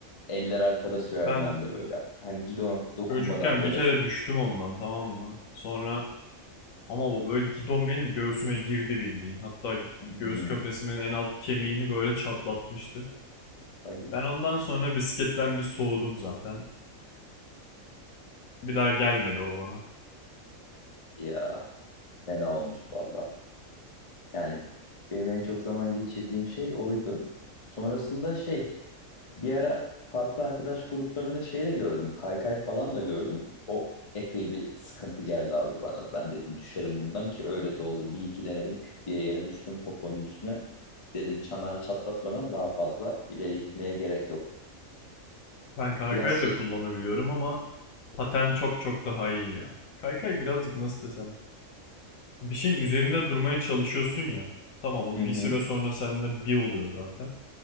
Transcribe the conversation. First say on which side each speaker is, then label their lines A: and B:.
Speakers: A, on the left; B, on the left.
A: Eller arkada sürerdim
B: ben
A: hem de böyle. Hani gidona dokunmadan
B: çocukken
A: böyle
B: bir kere düştüm ondan tamam mı? Sonra Ama o böyle gidon benim göğsüme girdi bildiğin. Hatta
A: Hmm.
B: göğüs kafesimin en alt kemiğini böyle çatlatmıştı.
A: Ay
B: Ben ondan sonra bisikletten bir soğudum zaten. Bir daha gelmedi o bana.
A: ya fena olmuş valla. Yani benim en çok zaman geçirdiğim şey oydu. Sonrasında şey bir ara farklı arkadaş gruplarında şey de gördüm. Kaykay falan da gördüm. O epey bir sıkıntı geldi abi bana. Ben dedim düşerim bundan ki öyle de oldu. Bir iki denedim küt diye yere düştüm poponun üstüne. Dedim çanağı çatlatmadan daha fazla ileri gitmeye gerek yok.
B: Ben kaykay
A: Biraz şey...
B: da kullanabiliyorum ama paten çok çok daha iyi ya. Kaykay birazcık nasıl desem. Bir şeyin üzerinde durmaya çalışıyorsun ya. Tamam o
A: <laughs> Hı hı,
B: bir süre sonra seninle bir oluyor zaten.